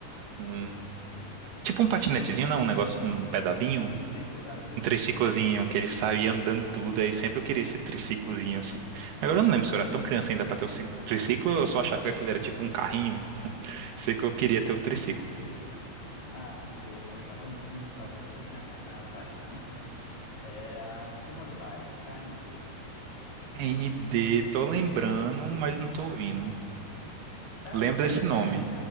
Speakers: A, on the right; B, on the left.
A: um- tipo um patinetezinho, não, um negócio, um pedalinho,
B: Triciclo, era um triciclo
A: Um triciclozinho
B: que ele tinha.
A: que ele saía
B: né?
A: andando tudo, aí sempre eu queria esse triciclozinho assim. Agora eu não lembro se eu era tão criança ainda pra ter o ci- triciclo, ou eu só achava que aquilo era tipo um carrinho. <laughs> Sei que eu queria ter o triciclo.
B: Ah, um que eu gostava muito, talvez você tenha acompanhado bastante, é a Turma do Bairro, K N D.
A: ND, tô lembrando, mas não tô ouvindo.
B: Caramba,
A: Lembro desse
B: era aquele.
A: nome.